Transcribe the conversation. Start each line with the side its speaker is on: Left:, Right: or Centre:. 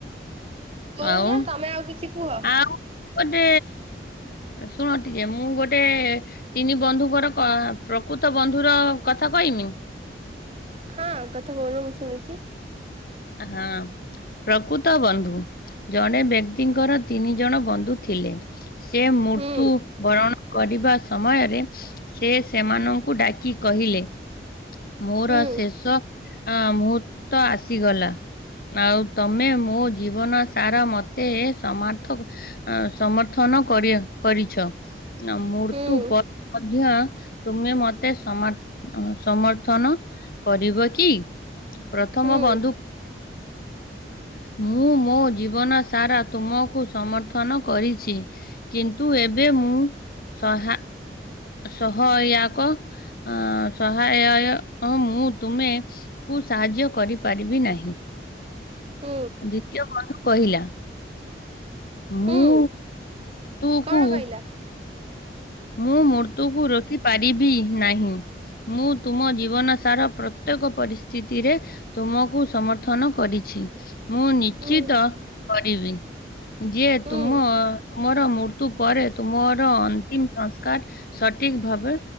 Right: କଉନ
Left: ଆଉ
Right: ତମେ ଆଉ କିଛି କୁହ।
Left: ଆଉ ଗୋଟେ ଶୁଣ ଟିକେ ମୁଁ ଗୋଟେ ତିନି ବନ୍ଧୁଙ୍କର କ ପ୍ରକୃତ ବନ୍ଧୁର କଥା କହିମି।
Right: ହଁ କଥା କହୁନ ମୁଁ ଶୁଣୁଛି।
Left: ହଁ। ପ୍ରକୃତ ବନ୍ଧୁ ଜଣେ ବ୍ୟକ୍ତିଙ୍କର ତିନି ଜଣ ବନ୍ଧୁ ଥିଲେ। ସେ ମୂର୍ତୁ
Right: ହୁଁ
Left: ବରଣ କରିବା ସମୟରେ ସେ ସେମାନଙ୍କୁ ଡାକି କହିଲେ ମୋର
Right: ହୁଁ
Left: ଶେଷ ଅ ମୁହୂର୍ତ ଆସିଗଲା। ଆଉ ତମେ ମୋ ଜୀବନ ସାର ମତେ ସମର୍ଥକ ଅ ସମର୍ଥନ କରି ଆ କରିଛ। ମୃତ୍ୟୁ
Right: ହୁଁ
Left: ପରେ ମଧ୍ୟ ତୁମେ ମତେ ସମ ସମର୍ ଥନ କରିବ କି ପ୍ରଥମ
Right: ହୁଁ
Left: ବନ୍ଧୁ ମୁଁ ମୋ ଜୀବନ ସାରା ତୁମକୁ ସମର୍ଥନ କରିଛି। କିନ୍ତୁ ଏବେ ମୁଁ ସହା ସହୟାକ ଅ ସହାୟୟ ମୁଁ ତୁମେ କୁ ସାହାଯ୍ୟ କରିପାରିବି ନାହିଁ।
Right: ସୁ
Left: ଦ୍ବୀତୀୟ ବନ୍ଧୁ କହିଲା ମୁଁ
Right: ହୁଁ
Left: ତୁକୁୁ
Right: କଣ କହିଲା
Left: ମୁଁ ମୃତ୍ୟୁକୁ ରୋକି ପାରିବି ନାହିଁ। ମୁଁ ତୁମ ଜୀବନ ସାରା ପ୍ରତ୍ୟେକ ପରିସ୍ଥିତିରେ ତୁମକୁ ସମର୍ଥନ କରିଛି। ମୁଁ ନିଚିତ
Right: ହୁଁ
Left: କରିବି ଯିଏ
Right: ହୁଁ
Left: ତୁମ ତୁମର ମୂ ତୁ ପରେ ତୁ ମୋର ଅନ୍ତିମ୍ ସସ୍କାର ସଠିକ ଭାବେ